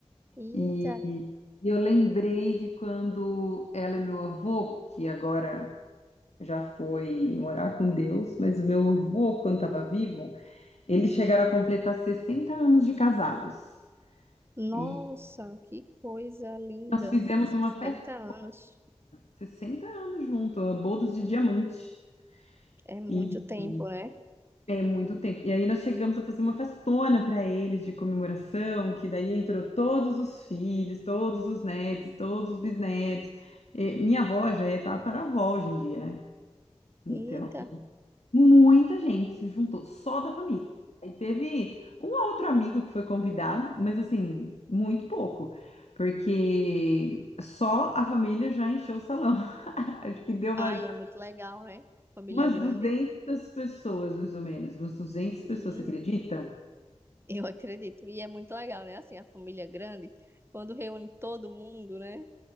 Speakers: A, on the right; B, on the left.
A: Eita,
B: E, e eu lembrei de quando ela e meu avô, que agora já foi morar com Deus, mas o meu avô, quando estava vivo, eles chegaram a completar 60 anos de casados.
A: nossa,
B: E
A: que coisa linda.
B: nós fizemos
A: 60
B: uma festa,
A: anos.
B: 60 anos juntos, bodas de diamante.
A: É muito
B: E,
A: tempo,
B: e
A: né?
B: é muito tempo. E aí nós chegamos a fazer uma festona para eles de comemoração, que daí entrou todos os filhos, todos os netos, todos os bisnetos. E minha avó já é tataravó hoje em dia, né? então
A: Eita.
B: Muita gente se juntou, só da família. Aí teve um outro amigo que foi convidado, mas assim, muito pouco, porque só a família já encheu o salão. <laughs> Acho que deu umas,
A: Ai, é muito legal, né? Família
B: umas
A: grande.
B: 200 pessoas, mais ou menos, umas 200
A: Hum,
B: pessoas, você acredita?
A: eu acredito. E é muito legal, né? Assim, a família grande, quando reúne todo mundo, né?